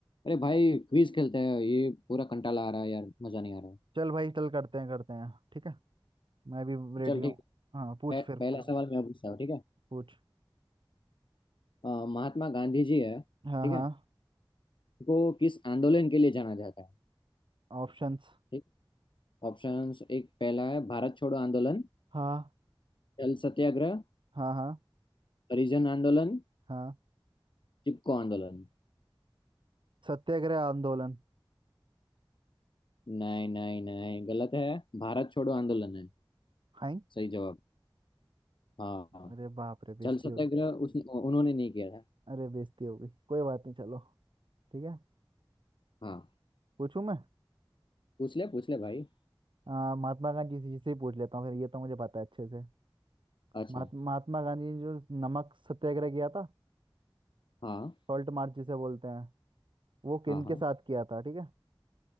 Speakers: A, on the left; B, on the right.
A: अरे भाई क्विज खेलते हैं ये पूरा कंटाला आ रहा है यार मजा नहीं आ रहा है
B: चल भाई चल करते हैं करते हैं ठीक है मैं भी रेडी
A: चल
B: हूँ
A: ठीक
B: हाँ पूछ
A: है पह-
B: फिर
A: पहला
B: पूछ
A: सवाल मैं पूछता हूँ ठीक है
B: पूछ
A: अ, महात्मा गांधी जी है
B: हाँ
A: ठीक
B: हाँ
A: है उनको किस आंदोलन के लिए जाना जाता है
B: ऑप्शंस
A: ठीक ऑप्शंस एक पहला है भारत छोड़ो आंदोलन
B: हाँ
A: जल सत्याग्रह
B: हाँ हाँ
A: हरिजन आंदोलन
B: हाँ
A: चिपको आंदोलन
B: सत्याग्रह आंदोलन
A: नहीं नहीं नहीं गलत है भारत छोड़ो आंदोलन है
B: हाय
A: सही जवाब हाँ
B: अरे बाप रे
A: जल
B: बेइज्जती
A: सत्याग्रह
B: हो
A: उस उन्होंने नहीं किया था
B: अरे बेइज्जती हो गई कोई बात नहीं चलो ठीक है
A: हाँ
B: पूछूं मैं
A: पूछ ले पूछ ले भाई
B: आ, महात्मा गांधी जी से ही पूछ लेता हूँ फिर ये तो मुझे पता है अच्छे से
A: अच्छा
B: महात- महात्मा गांधी ने जो नमक सत्याग्रह किया था
A: हाँ
B: सॉल्ट मार्च जिसे बोलते हैं वो किन
A: हाँ हाँ
B: के साथ किया था ठीक है